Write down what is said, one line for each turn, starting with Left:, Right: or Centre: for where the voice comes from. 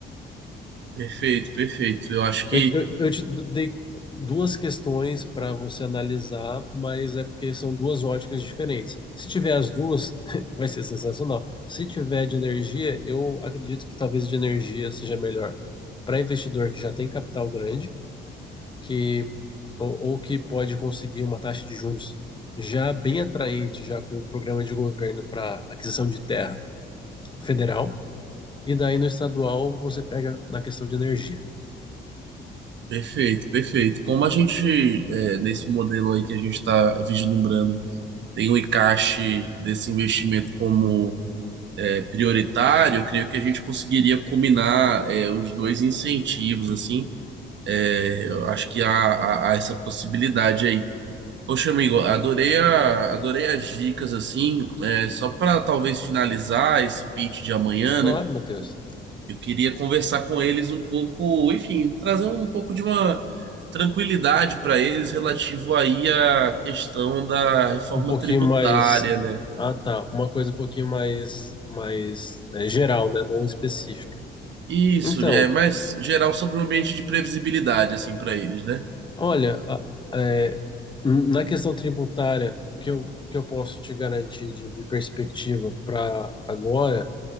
Right: perfeito, perfeito. Eu acho
Left: Eu,
Right: que
Left: eu, eu te dei duas questões para você analisar, mas é porque são duas óticas diferentes. Se tiver as duas, <laughs> vai ser sensacional. Se tiver de energia, eu acredito que talvez de energia seja melhor para investidor que já tem capital grande, que ou, ou que pode conseguir uma taxa de juros já bem atraente, já com o programa de governo para aquisição de terra federal, e daí no estadual você pega na questão de energia.
Right: Perfeito, perfeito. Como a gente, é, nesse modelo aí que a gente está vislumbrando, tem o encaixe desse investimento como é, prioritário, eu creio que a gente conseguiria combinar é, os dois incentivos, assim. É, eu acho que há, há- há essa possibilidade aí. Poxa, amigo, adorei a, adorei as dicas, assim. É, só para talvez finalizar esse pitch de amanhã,
Left: Claro,
Right: né?
Left: Matheus.
Right: Eu queria conversar com eles um pouco, enfim, trazer um pouco de uma tranquilidade para eles relativo aí à questão da reforma
Left: Um pouquinho
Right: tributária,
Left: mais.
Right: né?
Left: Ah, tá. Uma coisa um pouquinho mais, mais é, geral, né? Não específica.
Right: Isso,
Left: Então,
Right: é mais geral sobre o ambiente de previsibilidade, assim, para eles, né?
Left: olha, a- é, n- na questão tributária, o que eu, que eu posso te garantir de, de perspectiva para agora